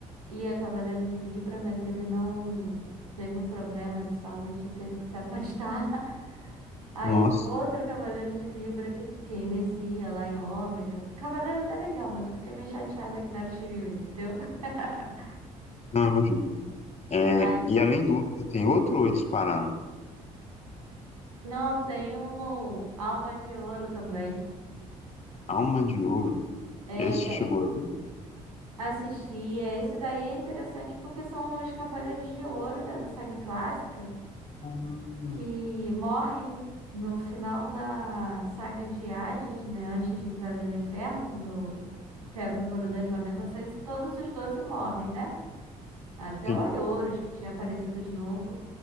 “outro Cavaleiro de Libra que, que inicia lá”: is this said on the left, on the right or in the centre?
Right